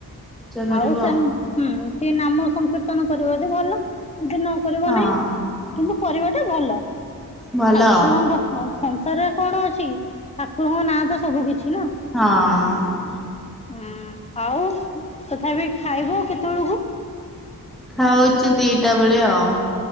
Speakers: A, in the centre; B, on the left.
A: ପୂଜା କରିବ
B: ଆଉ ସେ ହୁଁ ଟିକେ ନାମ ସଂକୀର୍ତ୍ତନ କରିବ ଯଦି ଭଲ ଦିନ କରିବ
A: ହଁ
B: ନାହିଁ କିନ୍ତୁ କରିବାଟା ଭଲ
A: ଭଲ
B: ଠାକୁରଙ୍କ
A: ଆଉ
B: ହ ସଂସାରରେ କଣ ଅଛି କି ଠାକୁରଙ୍କ ନାଁ ତ ସବୁ କିଛି ନା।
A: ହଁ।
B: ହୁଁ ଆଉ ତଥାପି ଖାଇବ ଆ କେତେବେଳକୁ?
A: ଖାଉଛୁ ଦିଟା ବେଳେ ଆଉ।